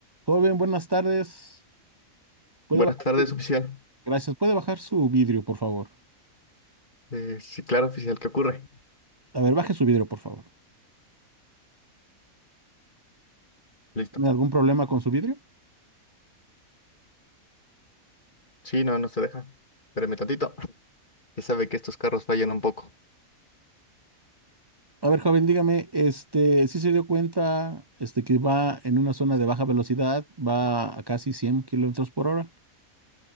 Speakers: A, on the right (about 30°); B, on the left (about 35°).
A: Joven, buenas tardes. Puede
B: Buenas
A: bajar,
B: tardes, oficial.
A: gracias. ¿Puede bajar su vidrio, por favor?
B: Eh, sí, claro, oficial, ¿qué ocurre?
A: A ver, baje su vidrio, por favor.
B: Listo.
A: ¿Tiene algún problema con su vidrio?
B: Sí, no, no se deja. Espéreme tantito. Ya sabe que estos carros fallan un poco.
A: A ver, joven, dígame, este, si se dio cuenta, este, que va en una zona de baja velocidad, va a casi 100 kilómetros por hora?